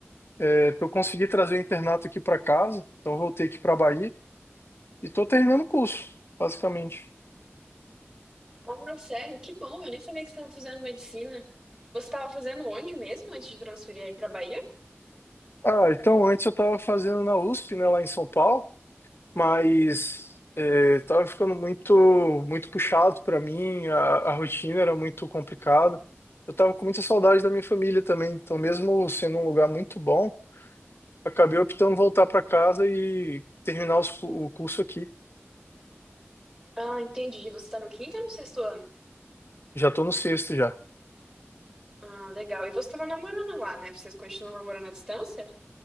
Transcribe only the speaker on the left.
É, eu consegui trazer o internato aqui pra casa, então eu voltei aqui pra Bahia e tô terminando o curso, basicamente.
Ah, então antes eu estava fazendo na USP, né, lá em São Paulo, mas é, tava ficando muito muito puxado para mim, a, a rotina era muito complicada. Eu tava com muita saudade da minha família também, então mesmo sendo um lugar muito bom, acabei optando voltar para casa e terminar os cu- o curso aqui.
Já tô no sexto já.